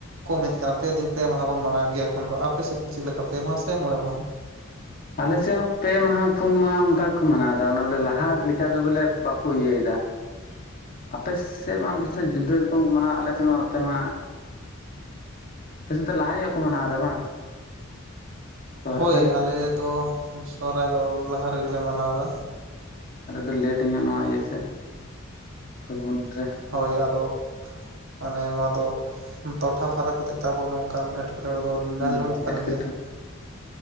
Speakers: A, on the right (about 75°); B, on the left (about 45°).
A: ᱠᱚᱢ ᱦᱮᱡ ᱟᱠᱟᱱᱟ ᱯᱮ ᱫᱤᱱ ᱯᱮ ᱢᱟᱦᱟ ᱵᱚᱱ ᱢᱟᱱᱟᱣᱮᱫ ᱜᱮᱭᱟ ᱮᱠᱷᱚᱱ ᱫᱚ, ᱟᱯᱮ ᱥᱮᱫ ᱪᱮᱫ ᱞᱮᱠᱟ ᱯᱮ ᱢᱟᱦᱟ ᱥᱮ ᱢᱚᱬᱮ ᱢᱟᱦᱟ?
B: ᱟᱞᱮᱥᱮᱫ ᱦᱚᱸ ᱯᱮ ᱢᱟᱦᱟ ᱯᱩᱱ ᱢᱟᱦᱟ ᱚᱱᱠᱟ ᱜᱮᱠᱚ ᱢᱟᱱᱟᱣ ᱮᱫᱟ ᱚᱱᱟ ᱵᱚᱞᱮ ᱞᱟᱦᱟ ᱞᱮᱠᱟ ᱫᱚ ᱵᱚᱞᱮ ᱵᱟᱠᱚ ᱤᱭᱟᱹᱭᱮᱫᱟ᱾
A: <inaudible>
B: ᱟᱯᱮᱥᱮᱫ ᱢᱟ ᱯᱟᱥᱮᱡ ᱡᱩᱫᱟᱹ ᱨᱚᱠᱚᱢ ᱠᱚ ᱢᱟᱱᱟᱣᱟ ᱟᱞᱮ ᱥᱮᱫ ᱢᱟ ᱱᱚᱛᱮ ᱢᱟ ᱟᱯᱮᱥᱮᱫ ᱞᱟᱦᱟ ᱧᱚᱜ ᱠᱚ ᱢᱟᱱᱟᱣ ᱮᱫᱟ ᱵᱟᱝ? ᱥᱚᱦᱨᱟᱭ
A: ᱦᱳᱭ ᱟᱞᱮ ᱫᱚ ᱥᱚᱦᱨᱟᱭ ᱫᱚ ᱞᱟᱦᱟ ᱨᱮᱜᱮᱞᱮ ᱢᱟᱱᱟᱣ ᱮᱫᱟ᱾
B: ᱟᱞᱮ ᱫᱚ ᱞᱮᱴ ᱧᱚᱜ ᱱᱚᱣᱟ ᱤᱭᱟᱹ ᱥᱮᱫ ᱯᱷᱟᱹᱜᱩᱱ ᱨᱮ᱾
A: ᱦᱳᱭ ᱟᱫᱚ ᱢᱟᱱᱮ ᱱᱚᱣᱟ ᱫᱚ ᱴᱚᱴᱷᱟ ᱯᱷᱟᱨᱟᱠ ᱦᱚᱛᱮᱜ ᱛᱮ ᱟᱵᱚᱣᱟᱜ ᱱᱚᱝᱠᱟᱱ ᱮᱴᱠᱮ ᱴᱚᱬᱮ ᱫᱚ
B: ᱦᱩᱸ
A: ᱧᱮᱞ ᱧᱟᱢᱚᱜ ᱠᱟᱱ
B: ᱮᱴᱠᱮᱴᱚᱬᱮ
A: ᱜᱮᱭᱟ